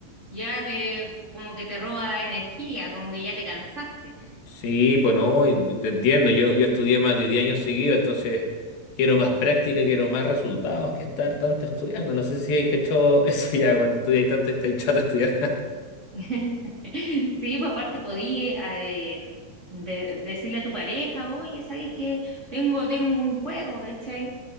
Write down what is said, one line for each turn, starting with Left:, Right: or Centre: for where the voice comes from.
Right: ya te como que te roba energía, como que ya te cansaste.
Left: Sí, pues no, y yo te entiendo. Yo, yo estudié más de 10 años seguidos, entonces quiero más práctica, quiero más resultados que estar tanto estudiando. No sé si hay cachado <laughs> eso ya, cuando estudiáis tanto estáis chato de estudiar.
Right: <laughs> Sí, pues aparte podía eh, de- decirle a tu pareja, oye, ¿sabes que Tengo, tengo un juego, ¿cachai?